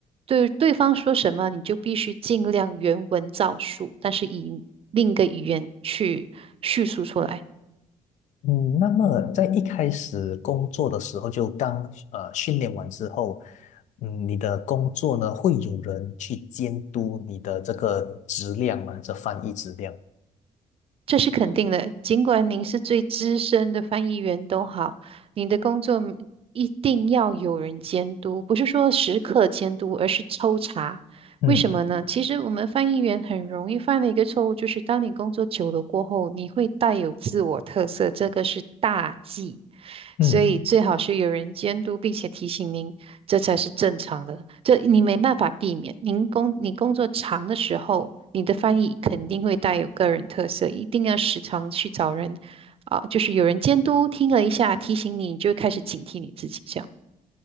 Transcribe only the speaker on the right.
对对方说什么，你就必须尽量原文照述，但是以另一个语言去叙述出来。
这是肯定的，尽管您是最资深的翻译员都好，你的工作一定要有人监督，不是说时刻监督，而是抽查。
为什么呢？其实我们翻译员很容易犯的一个错误，就是当你工作久了过后，你会带有自我特色，这个是大忌。
所以最好是有人监督，并且提醒您，这才是正常的。这你没办法避免。您工你工作长的时候，你的翻译肯定会带有个人特色，一定要时常去找人啊，就是有人监督，听了一下提醒你，你就会开始警惕你自己这样。